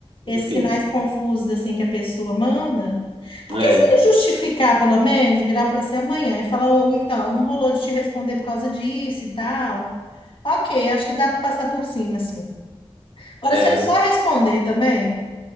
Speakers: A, on the left (about 55°); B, on the right (about 75°).
A: Esses
B: Difícil.
A: sinais confusos assim que a pessoa manda. Porque
B: É,
A: se ele justificar, pelo menos, virar para você amanhã e falar, ou então, não rolou de te responder por causa disso e tal. Ok, acho que dá para passar por cima, assim. Agora,
B: é,
A: se ele
B: eu,
A: só responder também,